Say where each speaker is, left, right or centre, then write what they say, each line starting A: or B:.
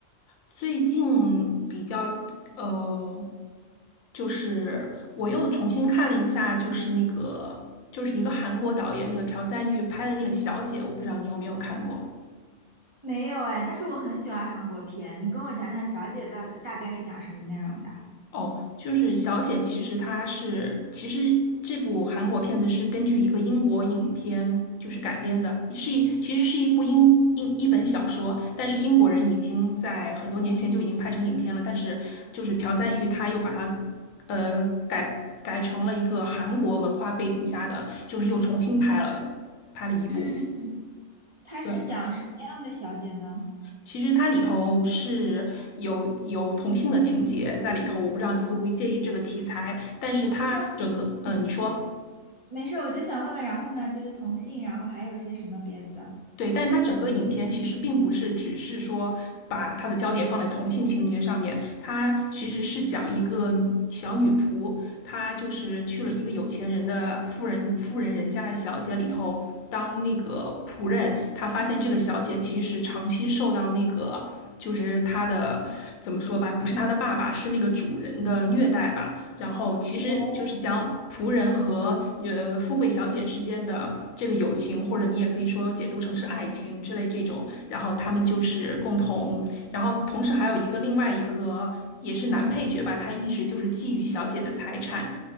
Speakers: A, on the left (about 85°); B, on the right (about 50°).
A: 最近比较呃，就是我又重新看了一下，就是那个就是一个韩国导演那个朴赞郁拍的那个《小姐》，我不知道你有没有看过。
B: 没有哎，但是我很喜欢韩国片，你跟我讲讲《小姐》到大概是讲什么内容的？
A: 哦，就是《小姐》，其实她是，其实这部韩国片子是根据一个英国影片就是改编的，是一其实是一部英英一本小说，但是英国人已经在很多年前就已经拍成影片了，但是就是朴赞玉他又把它呃改改成了一个韩国文化背景下的，就是又重新拍了的，拍了一部。
B: 嗯，它是讲什么样的小姐呢？
A: 对。其实它里头是有有同性的情节在里头，我不知道你会不会介意这个题材，但是它整个，
B: 像嗯
A: 呃，你说
B: 没事，我就想问问，然后呢，就是同性，然后还有些什么别的？
A: 对，但它整个影片其实并不是只是说把它的焦点放在同性情节上面，它其实是讲一个小女仆，
B: 嗯
A: 他就是去了一个有钱人的富人富人人家的小姐里头当那个仆人，他发现这个小姐其实长期受到那个就是她的怎么说吧，不是她的爸爸，是那个主人的虐待吧。然后其实就是将仆人和呃富贵小姐之间的这个友情，
B: 哦，
A: 或者你也可以说解读成是爱情之类这种。然后他们就是共同，然后同时还有一个另外一个也是男配角吧，他一直就是觊觎小姐的财产，